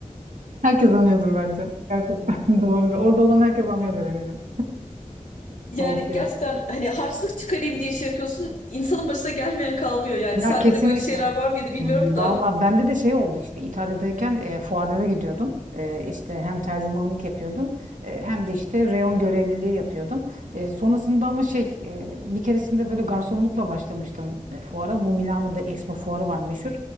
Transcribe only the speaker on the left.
Yani
gerçekten hani harçlık çıkarayım diye şey yapıyorsun. insanın başına gelmeyen kalmıyor yani. Sende
de böyle şeyler var mıydı bilmiyorum da.